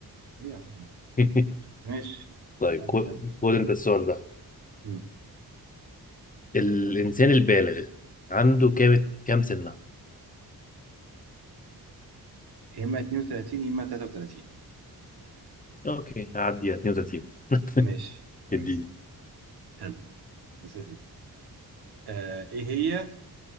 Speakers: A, on the right; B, on the left.
A: ايه يا عم
B: <laughs>
A: ماشي
B: طيب
A: اسألني
B: خد
A: يلا
B: خد انت السؤال ده
A: مم.
B: الانسان البالغ عنده كام كام سنه
A: يا اما 32 يا اما 33
B: اوكي هعدي 32 <laughs>
A: ماشي
B: اديني
A: كويس حلو بس يا سيدي. آه ايه هي